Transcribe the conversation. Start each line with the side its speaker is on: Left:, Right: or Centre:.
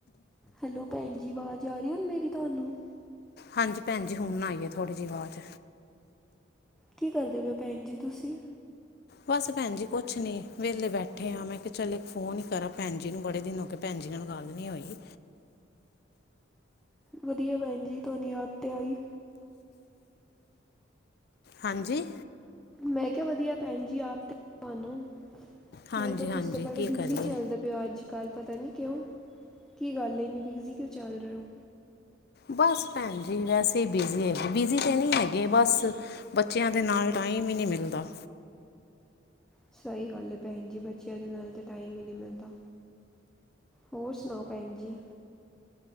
Centre: ਹੈਲੋ ਭੈਣ ਜੀ ਵਾਜ਼ ਆ ਰੀ ਹੁਣ ਮੇਰੀ ਤੁਹਾਨੂੰ?
Left: ਹਾਂਜੀ ਭੈਣਜੀ ਹੁਣ ਆਈਏ ਥੋੜੀ ਜਹੀ ਵਾਜ਼।
Centre: ਕੀ ਕਰਦੇ ਪੇ ਓ ਭੈਣ ਜੀ ਤੁਸੀ?
Left: ਬਸ ਭੈਣ ਜੀ ਕੁਛ ਨੀ ਵੇਲੇ ਬੈਠੇ ਆਂ ਮੈਂ ਕਿਹਾ ਚੱਲ ਇੱਕ ਫੋਨ ਹੀ ਕਰਾਂ ਭੈਣ ਜੀ ਨੂੰ ਬੜੇ ਦਿਨ ਹੋ ਗੇ। ਭੈਣ ਜੀ ਨਾਲ ਗੱਲ ਨੀ ਹੋਈ।
Centre: ਵਧੀਆ ਭੈਣ ਜੀ ਤੁਹਾਨ ਯਾਦ ਤੇ ਆਈ।
Left: ਹਾਂਜੀ।
Centre: ਮੈਂ ਕਿਹਾ ਵਧੀਆ ਭੈਣ ਜੀ ਯਾਦ ਤੇ ਤਾਨੋ
Left: ਹਾਂਜੀ
Centre: ਨਈ ਤਾਂ
Left: ਹਾਂਜੀ
Centre: ਤੁਸੀ ਤਾਂ ਬੜੇ
Left: ਕੀ
Centre: ਬਿਜੀ
Left: ਕਰੀਏ
Centre: ਚੱਲਦੇ ਪ ਅੱਜ ਕੱਲ੍ਹ ਪਤਾ ਨਈ ਕਿਉਂ ਕੀ ਗੱਲ ਏ ਇੰਨੇ ਬਿਜ਼ੀ ਕਿਉਂ ਚੱਲ ਰਹੇ ਓ?
Left: ਬਸ ਭੈਣ ਜੀ ਵੈਸੇ ਈ ਬਿਜ਼ੀ ਹੈਗੇ। ਬਿਜ਼ੀ ਤੇ ਨੀ ਹੈਗੇ ਬਸ ਬੱਚਿਆਂ ਦੇ ਨਾਲ ਟਾਈਮ ਈ ਨੀ ਮਿਲਦਾ।
Centre: ਸਹੀ ਗੱਲ ਏ ਭੈਣ ਜੀ ਬੱਚਿਆਂ ਦੇ ਨਾਲ ਤਾਂ ਟਾਈਮ ਈ ਨੀ ਮਿਲਦਾ। ਹੋਰ ਸੁਣਾਓ ਭੈਣ ਜੀ।